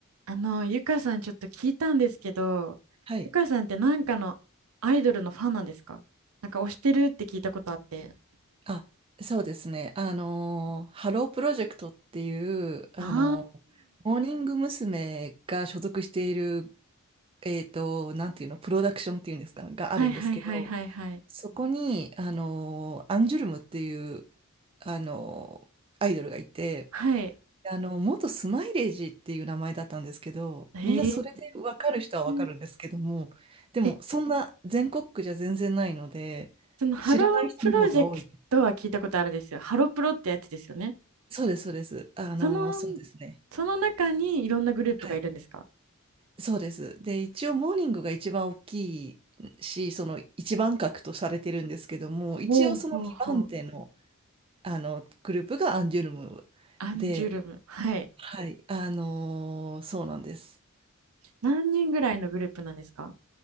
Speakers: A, on the right (about 75°); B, on the right (about 25°).
A: あの、ゆかさんちょっと聞いたんですけど、
B: はい。
A: ゆかさんってなんかのアイドルのファンなんですかなんか推してるって聞いたことあって。
B: あ、そうですね。あのー、ハロープロジェクトっていう、あのー、
A: あ
B: モーニング娘。が所属している、えっと、なんていうの、プロダクションっていうんですか、があるんですけど、
A: あ、はいはいはいはいはい。
B: そこに、あのー、アンジュルムっていう、あのー、アイドルがいて、
A: はい。
B: あの、元スマイレージっていう名前だったんですけど、
A: へ
B: みんなそれで分かる人は分かるんですけども、
A: え。
B: でも、
A: え、
B: そんな全国区じゃ全然ないので、
A: そのハロープロジェクトは聞いたことあるんですよ。
B: 知らない人の方が多い。
A: ハロプロってやつですよね。
B: そうです、そうです。あの、
A: その、
B: そうですね。
A: その中にいろんなグループがいるんですか
B: はい。そうです。で、一応、モーニングが一番大きいし、その一番格とされてるんですけども、
A: ほうほうほう。
B: 一応その2番手の、あのグループがアンジュルム
A: アンジュルム。
B: で、
A: はい。
B: はい、あのーそうなんです。
A: 何人ぐらいのグループなんですか